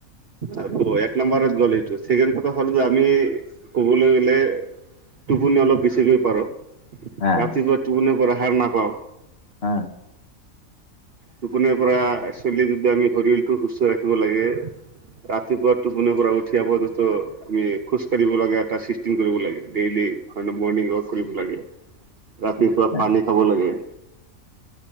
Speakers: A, on the right (about 50°); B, on the left (about 50°).
A: হ'ব এক নম্বাৰত গ'লেটো ছেকেণ্ড কথা হ'ল যে আমি ক'বলৈ গলে- টোপনি অলপ বেছিকৈ পৰ
B: হা,
A: ৰাতিপুৱা টোপনিৰ পৰা সাৰ নাপাও।
B: আঁ'
A: টোপনিৰ পৰা চলি যদি আমি শৰীৰটো সুস্থ ৰাখিব লাগে। ৰাতিপুৱা টোপনিৰ পৰা উঠিয়ে আব তাতো- আমি খোজ কঢ়িব লাগে, এটাচিচটিং কৰিব লাগে, ডেইলি মৰ্ণিং ৱাক কৰিব লাগে। ৰাতিপুৱা
B: হা।
A: পানী খাব লাগে।